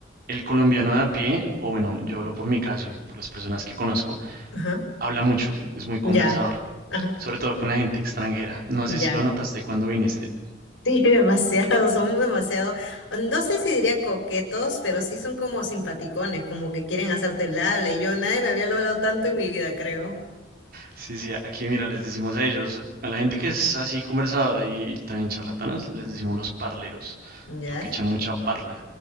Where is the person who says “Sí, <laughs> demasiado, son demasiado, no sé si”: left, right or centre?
Left